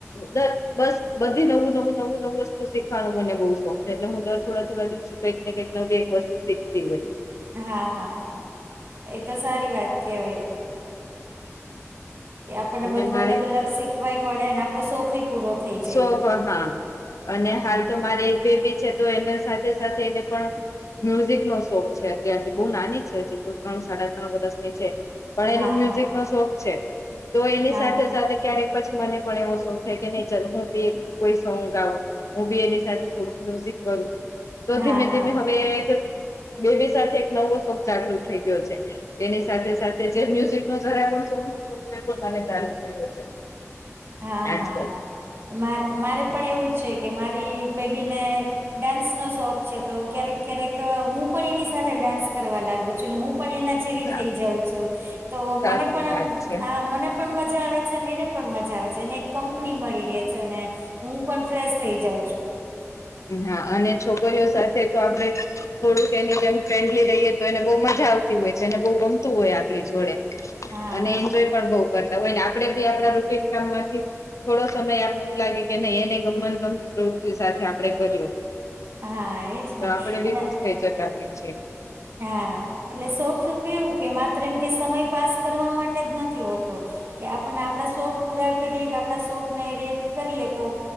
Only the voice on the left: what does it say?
બ બસ બધી નવું નવું નવું નવું વસ્તુ. શીખવાનો મને બઉુ શોખ છે એટલે હું દર થોડા થોડા દિવસે કંઈક ને કંઈક ન બે એક વસ્તુ શીખતી હોય.
અને
મારે
સો હા અને
હાલ તો મારે એક બેબી છે. તો એને સાથે સાથે એને પણ મ્યુઝિક નો શોખ છે અત્યાર બહુ નાની છે ત્રણ સાડા ત્રણ વર્ષની છે. પણ એનો
મ્યુઝિક
નો શોખ છે તો એની
સાથે
સાથે ક્યારેક પછી મને પણ એવો શોખ થાય કે નહી. ચ હું બી કો સોંગ ગા હું બી એની સાથે થોડુંક મ્યુઝિક કરું તો
ધીમે
ધીમે હવે એક બેબી સાથે એક નવો શોક જાગૃત થઈ ગયો છે. તેની સાથે સાથે જે મ્યુઝિક ન જરા પણ શતો એ પણ મ ચાલુ થયો છે.
આજકાલ
હા
સાચી
વાત છે
હા અને છોકરીઓ સાથે તો આપડે થોડુંક એની જેમ ફ્રેન્ડલી રહીએ તો એને બહુ મજા આવતી હોય છે એને બહુ ગમતું હોય આપણી જોડે
અને એન્જોય પણ બહુ કરતા હોય આપે બી આપણા રૂટીન કામમાંથી થોડો સમય આપને એવું લાગે કે ન એને ગમન ગમતી પ્રવૃત્તિ સાથે આપડે કર્યો
તો
આપણે
બી ખુશ થઈ જતા હોએ છે.